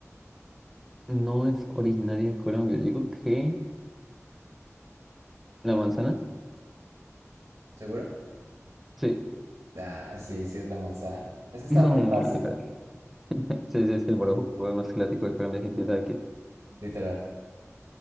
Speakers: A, in the centre; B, on the right (about 85°).
A: no es originaria de Colombia. Yo digo que la manzana.
B: ¿Seguro?
A: Sí,
B: Ah, sí, sí es la manzana. Es
A: <laughs>
B: que estaba
A: no,
B: muy
A: muy
B: fácil,
A: fácil. Sí, sí, es que el borojó es más clásico de Colombia que quién sabe qué.
B: literal.